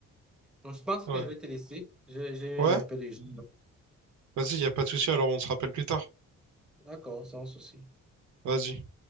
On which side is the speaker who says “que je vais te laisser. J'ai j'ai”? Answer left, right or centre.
Centre